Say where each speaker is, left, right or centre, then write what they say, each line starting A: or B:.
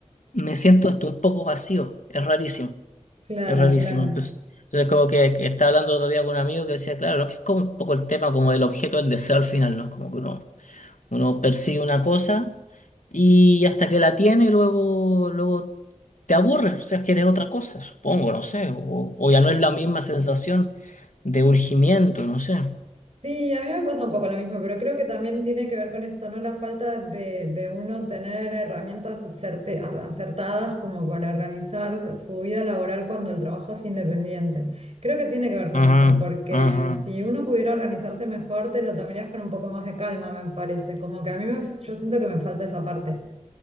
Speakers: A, on the left; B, on the right.
A: me siento hasta un poco vacío, es rarísimo,
B: claro,
A: es rarísimo.
B: claro.
A: Entonces, entonces como que que estaba hablando el otro día con un amigo que decía, claro, ¿no? que es como un poco el tema como del objeto del deseo al final, ¿no? Como que uno uno persigue una cosa y hasta que la tiene, luego, luego te aburres, o sea, quieres otra cosa, supongo, no sé, o, o ya no es la misma sensación de urgimiento, no sé.
B: Sí, a mí me pasa un poco lo mismo, pero creo que también tiene que ver con esto, ¿no? La falta de, de uno tener herramientas acerte- a- acertadas como para organizar su vida laboral cuando el trabajo es independiente. Creo que tiene que ver con
A: Ajá,
B: eso, porque
A: ajá.
B: si uno pudiera organizarse mejor, te lo tomarías con un poco más de calma, me parece. Como que a mí me- yo siento que me falta esa parte.